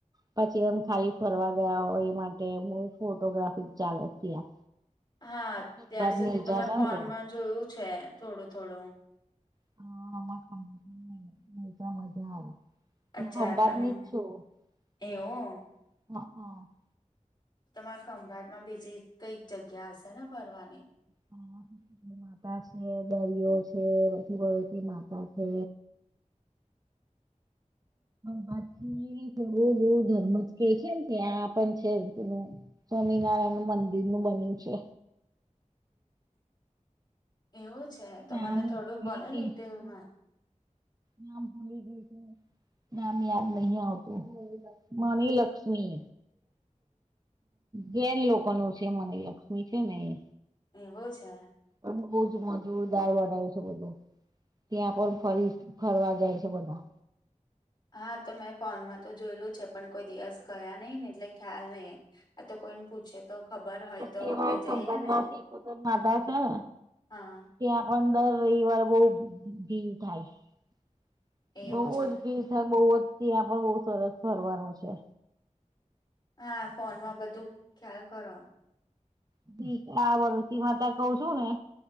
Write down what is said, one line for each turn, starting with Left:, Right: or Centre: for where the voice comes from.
Right: પછી એમ ખાલી ફરવા ગયા હોય એ માટે ફોટોગ્રાફી ચાલે ત્યાં
Left: હા અત્યાર
Right: ખંભાત
Left: સુધી
Right: ને ઈજા
Left: તમે
Right: છે
Left: ફોનમાં
Right: ને ત્યાં
Left: જોયું છે થોડું થોડું
Right: હા આ <unintelligible> મજા મજા આવે <unintelligible>
Left: અચ્છા તમે એવું તમારે ખંભાત માં બીજી કઈક જગ્યા હશે ને ફરવાની
Right: હા માતા છે દરીઓ છે પછી બડોચ માતા છે બાથી થોડો ધર્મ જ કે છે ને ત્યાં પણ છે સ્વામિનારાયણ નું મંદિર નું બન્યું છે
Left: એવું છે તો
Right: નામ
Left: મને થોડું
Right: ભૂલી
Left: કોને ડીટેલમાં
Right: ગઈ છું નામ ભૂલી ગય છે નામ યાદ નહી આવતું માણી લક્ષ્મી જેન લોક <unintelligible> છે મને લક્ષ્મી છે ને એ
Left: એવો છે.
Right: ઊંઘ બઉ જ મ જોરદાર બનાવ્યું છે બધું ત્યાં પણ ફરી ફરવા જાય છે બધા.
Left: હા તો મેં ફોનમાં તો જોયેલું છે પણ કોઈ દિવસ ગયા નહી ને એટલે ખ્યાલ નય. આ તો કોઈન પૂછે તો. ખબર હોય
Right: <unintelligible>
Left: તો આપડે જઈએ ને
Right: માધા છે ન.
Left: હા.
Right: ત્યાં પન રવિવાર બહુ ભીડ થાય
Left: એવું
Right: બહુ
Left: છે
Right: જ ભીડ ત્યાં બહુ જ ત્યાં પણ બહુ સરસ ફરવાનું છે.
Left: હા ફોનમાં બધું ખ્યાલ ખરો.
Right: <unintelligible> માતા કઉ છું ને